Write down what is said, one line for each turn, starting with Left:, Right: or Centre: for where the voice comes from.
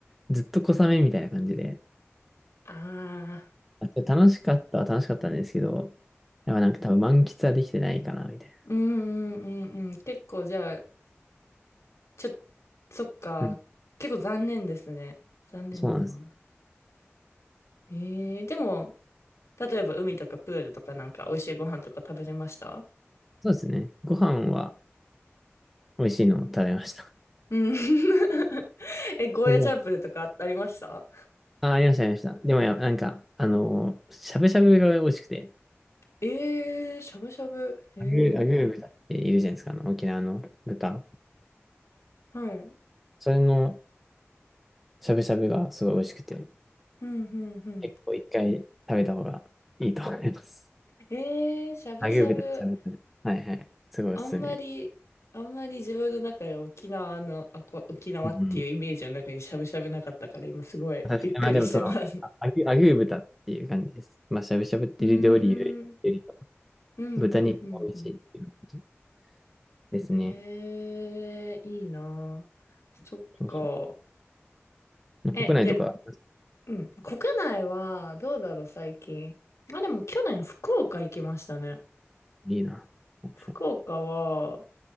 Centre: ずっと小雨みたいな感じで、
Left: ああ、
Centre: あ、楽しかったは楽しかったんですけど、やっぱなんか多分満喫はできてないかな、みたい
Left: うんうんうんうん。結構じゃあ、ちょ、そっか。
Centre: な。うん、
Left: 結構残念ですね。残念だな。
Centre: そうなんです。
Left: えー、でも、例えば海とかプールとかなんか美味しいご飯とか食べれました
Centre: そうですね。ご飯は美味しいのを食べました。
Left: うん <laughs> え、ゴーヤチャンプルとかあありました
Centre: <laughs> あ、ありました、ありました。でもや、なんか、あのーしゃぶしゃぶが美味しくて、
Left: えー、しゃぶしゃぶ。へえ。
Centre: アグー、アグー豚っているじゃないですか、あの、沖縄の豚。
Left: はい。うん、
Centre: それのしゃぶしゃぶがすごい美味しくて、
Left: うん、うん。
Centre: 結構一回食べた方がいいと思います。
Left: えー、しゃぶしゃぶ。
Centre: アグー豚のしゃぶしゃぶ。はいはい。すごいおすすめ。
Left: あんまり、あんまり自分の中で沖縄の、あ、こ、沖縄っていうイメージの中にしゃぶしゃぶなかったから、
Centre: うんうん。
Left: 今すごいびっくりしてます。
Centre: 確かに、まあでもその、
Left: う
Centre: あアグー、アグー豚っていう感じです。まあ、しゃぶしゃぶっていう料理より、
Left: ーん。
Centre: よりかは
Left: うん、うん、
Centre: 豚肉が美味しいっていう感じ
Left: うん、うん。
Centre: ですね。
Left: えー、いいなあそっか。
Centre: そうそう。
Left: え、
Centre: 国内とか、
Left: で、うん。国内は、どうだろう、最近。あ、でも去年、福岡行きましたね。
Centre: いいな。はい
Left: 福岡は、